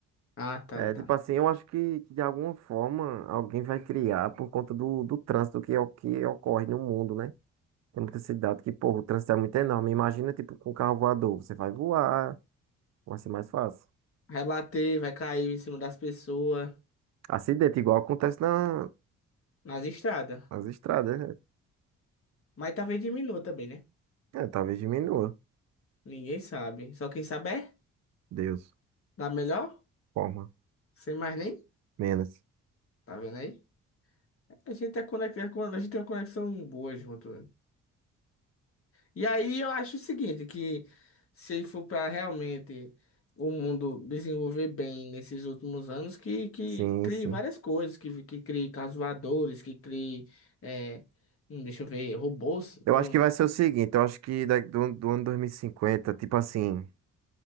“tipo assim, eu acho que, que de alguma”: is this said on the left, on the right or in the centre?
Right